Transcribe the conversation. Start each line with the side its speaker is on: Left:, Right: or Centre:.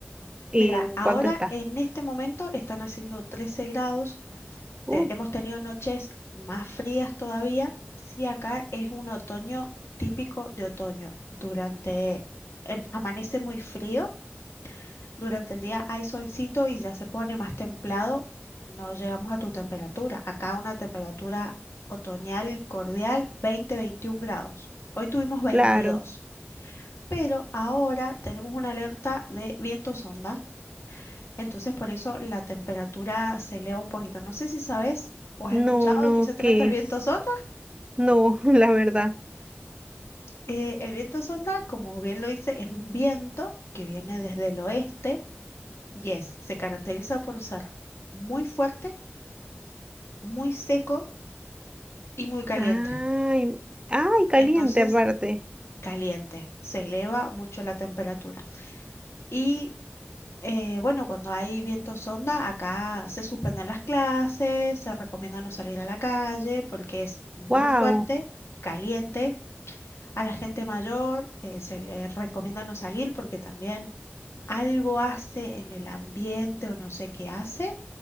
Right: ¿en
Left: Mira, ahora
Right: cuánto estás?
Left: en este momento están haciendo trece grados, te-
Right: Uf,
Left: hemos tenido noches más frías todavía. Sí, acá es un otoño típico de otoño. Durante, em, amanece muy frío, durante el día hay solcito y ya se pone más templado. No llegamos a tu temperatura. Acá una temperatura otoñal cordial, 20-21 grados. Hoy tuvimos 22,
Right: claro,
Left: pero ahora tenemos una alerta de vientos onda. Entonces por eso la temperatura se eleva un poquito. No sé si sabes o has
Right: no,
Left: escuchado
Right: no,
Left: de qué se trata
Right: ¿qué
Left: el
Right: es?
Left: viento sonda.
Right: No, <laughs> la verdad.
Left: Eh, el viento sonda, como bien lo dice, es un viento que viene desde el oeste y es, se caracteriza por ser muy fuerte, muy seco y muy caliente.
Right: Ay, ay, caliente
Left: Entonces,
Right: aparte.
Left: caliente, se eleva mucho la temperatura. Y Eh, bueno, cuando hay vientos sonda, acá se suspenden las clases, se recomienda no salir a la calle porque es muy
Right: Wow.
Left: fuerte, caliente. A la gente mayor eh, se le recomienda no salir porque también algo hace en el ambiente o no sé qué hace,